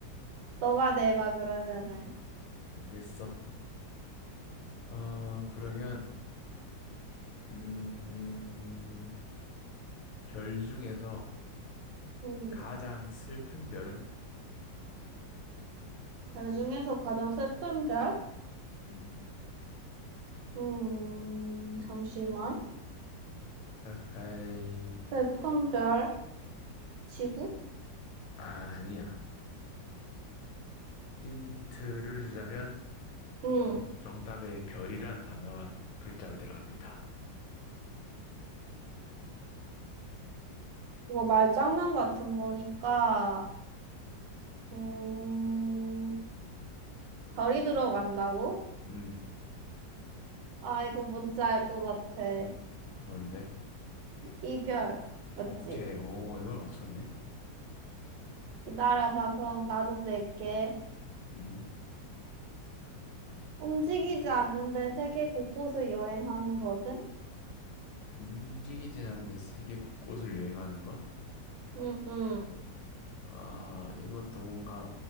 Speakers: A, on the right; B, on the left.
A: 너가 내봐, 그러면은.
B: 알겠어. 어, 그러면, 음, 별 중에서
A: 음.
B: 가장 슬픈 별은?
A: 그 중에서 가장 슬픈 별?
B: 음,
A: 음, 잠시만.
B: 에헤이,
A: 슬픈 별, 지구?
B: 아니야. 힌트를 주자면,
A: 응.
B: 정, 정답에 별이란 단어가 글자가 들어갑니다.
A: 이거 말장난 같은 거니까, 음, 별이 들어간다고?
B: 음,
A: 아, 이거 뭔지 알 것 같아.
B: 뭔데?
A: 이별, 맞지?
B: 오케이, 오, 이걸 맞췄네.
A: 기다려봐, 그럼 나도 낼게.
B: 음,
A: 움직이지 않는데 세계 곳곳을 여행하는 것은?
B: 움직이진 않는데 세계 곳곳을 여행하는 것?
A: 응응.
B: 아, 이것도 뭔가,